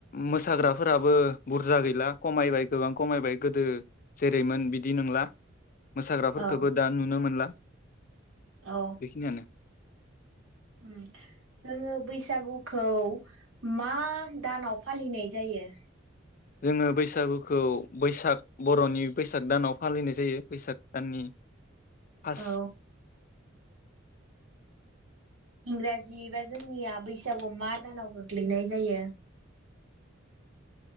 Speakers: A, on the left; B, on the right.
A: मोसाग्राफोराबो बुरजा गैला खमायबाय गोबां खमायबाय गोदो जेरैमोन बिदि नोंला मोसाग्राफोरखौबो
B: औ
A: दा नुनो मोनला
B: औ
A: बेखिनियानो
B: उम जोङो बैसागुखौ मा दानाव फालिनाय जायो
A: जोङो बैसागुखौ बैसाग बर'नि बैसाग दानाव फालिनाय जायो बैसाग दाननि फार्स्ट
B: औ इंराजि बा जोंनिया बैसागु मा दानाव गोग्लैनाय जायो?